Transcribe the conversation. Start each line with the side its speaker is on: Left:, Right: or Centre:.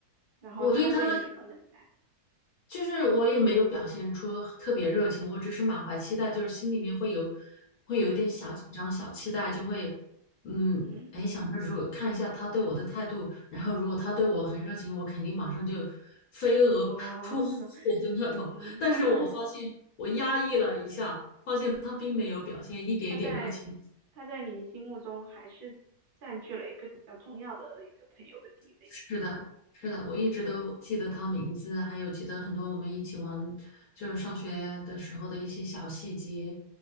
Right: 然后他对你很冷淡，
Left: 我对他就是我也没有表现出特别热情，我只是满怀期待，就是心里面会有会有一点小紧张、
Right: 嗯
Left: 小期待，就会嗯，
Right: 嗯，
Left: 哎，想着如果看一下他对我的态度，然后如果他对我很热情，我肯定马上就飞蛾扑扑火的那种。
Right: 哦，<laughs> 嗯。
Left: 但是我发现我压抑了一下，
Right: <laughs>
Left: 发现他并没有表现一点点热情。
Right: 他在他在你心目中还是占据了一个比较重要的一个朋友的地位。
Left: 是的，是的，我一直都记得他名字，还有记得很多我们一起玩，就是上学的时候的一些小细节，